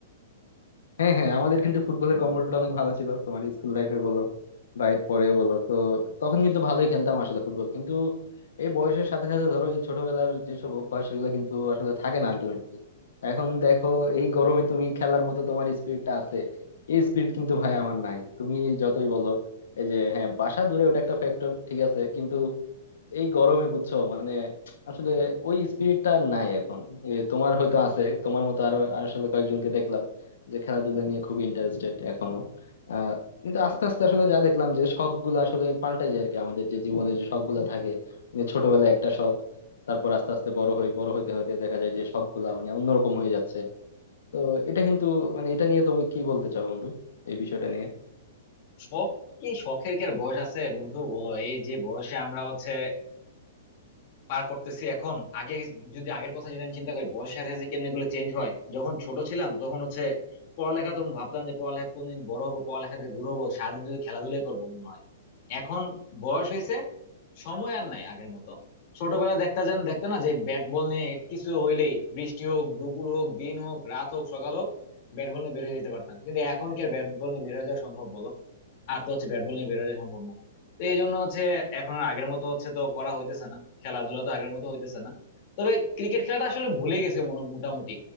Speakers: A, on the left; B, on the left.
A: হ্যাঁ হ্যাঁ আমাদের কিন্তু ফুটবলের কম্বোটা অনেক ভালো ছিল তোমার স্কুল লাইফে বলো বা এর পরেও বলো তো তখন কিন্তু ভালোই খেলতাম আসলে ফুটবল কিন্তু এই বয়সের সাথে সাথে ধরো এই ছোটবেলার যেসব অভ্যাস সেগুলো কিন্তু আসলে থাকে না আলটিমেটলি এখন দেখো এই গরমে তুমি খেলার মতো তোমার স্পিরিটটা আছে এই স্পিরিট কিন্তু ভাই আমার নাই তুমি যতই বলো এই যে হ্যাঁ বাসা দূরে ওটা একটা ফ্যাক্টর ঠিক আছে কিন্তু এই গরমে বুঝছো মানে আসলে ওই স্পিরিটটা আর নাই এখন এ, তোমার হয়তো আছে তোমার মতো আরো আর আসলে কয়েকজনকে দেখলাম যে খেলাধুলা নিয়ে খুবই ইন্টারেস্টেড এখনো আহ কিন্তু আস্তে আস্তে আসলে যা দেখলাম যে শখ গুলো আসলে পাল্টাই যায় আর কি আমাদের যে জীবনের যে শখ গুলো থাকে মানে ছোটবেলায় একটা শখ তারপর আস্তে আস্তে বড় হই বড় হইতে হইতে দেখা যায় যে শখ গুলা মানে অন্যরকম হয়ে যাচ্ছে তো এটা কিন্তু মানে এটা নিয়ে তুমি কি বলতে চাও বন্ধু এই বিষয়টা নিয়ে
B: শখ কি শখের কি আর বয়স আছে বন্ধু বলো এই যে বয়সে আমরা হচ্ছে পার করতেছি এখন আগে যদি আগের কথা যদি আমি চিন্তা করি বয়সের সাথে সাথে কেমনি গুলো চেঞ্জ হয় যখন ছোট ছিলাম তখন হচ্ছে পড়ালেখা তো ভাবতাম যে পড়ালেখা কোনদিন বড় হবো পড়ালেখা থেকে দূর হবো সারাদিন যদি খেলাধুলাই করবো মনে হয় এখন বয়স হয়েছে সময় আর নাই আগের মতো ছোটবেলা দেখতে যেন দেখতে না যে ব্যাট বল নিয়ে কিছু হইলেই বৃষ্টি হোক দুপুর হোক দিন হোক রাত হোক সকাল হোক ব্যাট বল নিয়ে বের হয়ে যেতে পারতাম কিন্তু এখন কি আর ব্যাট বল নিয়ে বের হয়ে যাওয়া সম্ভব বলো আর তো হচ্ছে ব্যাট বল নিয়ে বের হয়ে যাওয়া সম্ভব না তো এই জন্য হচ্ছে এখন আর আগের মতো হচ্ছে তো করা হইতেছে না খেলাধুলা তো আগের মতো হইতেছে না তবে ক্রিকেট খেলাটা আসলে ভুলে গেছে মনে- মোটামুটি